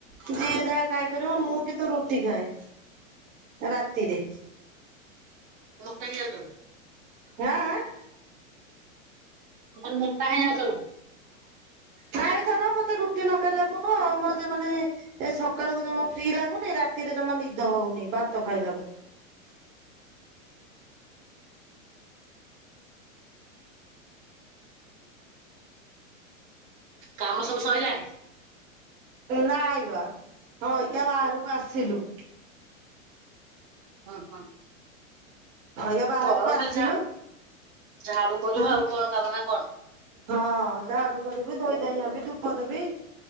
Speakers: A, on the right (about 80°); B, on the right (about 30°).
A: ଯିଏ ଯାହା ଖାଇପାରିବ ମୁଁ କିନ୍ତୁ ରୁଟି ଖାଏ ରାତିରେ।
B: ସେଇଆ ତ।
A: ଆଁ ଆଁ?
B: ମୁଁ କହିନି ମ ଟା ହେଇ ନହଁ ତମେ?
A: ନାଇଁ ଧନ ମତେ ରୁଟି ନ ଖାଇଲାକୁ ନୁହଁ ମୋ ଯେ ମାନେ ଏ ସକାଳୁକୁ ଜମା ଫ୍ରି ଲାଗୁନି ରାତିରେ ଜମା ନିଦ ହଉନେଇ ଭାତ ଖାଇଲାକୁ।
B: କାମ ସବୁ ସଇଲାଣି?
A: ନାଇଁ ବା ଆଇକା ବାହାରୁକୁ ଆସିଲୁ।
B: ହଁ ହଁ
A: ଆଜ୍ଞା ବାହାରୁକୁ
B: କଣ
A: ଆସିଲୁ।
B: ଖାଲି ଝା ଝାଡୁ କରିବ
A: ହଁ
B: ଆଉ କଣ କାମ ନା କଣ
A: ହଁ ଝା କରିବି ଧୋଇ ଧାଇ ହେବି ଧୂପ ଦେବି।